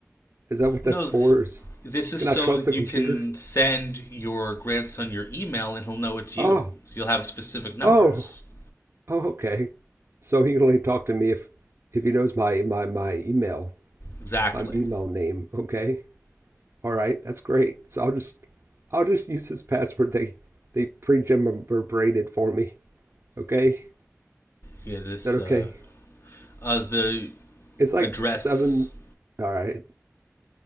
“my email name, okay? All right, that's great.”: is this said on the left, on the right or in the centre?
Right